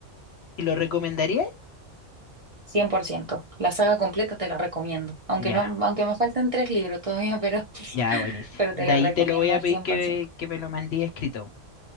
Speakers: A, on the left (about 65°); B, on the right (about 35°).
A: ¿y lo recomendarías?
B: cien por ciento La saga completa te la recomiendo. Aunque
A: Ya,
B: no, aunque me faltan tres libros todavía, pero, <laughs>
A: ya, buenísimo.
B: pero
A: De
B: te la
A: ahí
B: recomiendo
A: te lo voy a
B: al
A: pedir
B: cien
A: que,
B: por ciento
A: que me lo mandí escrito.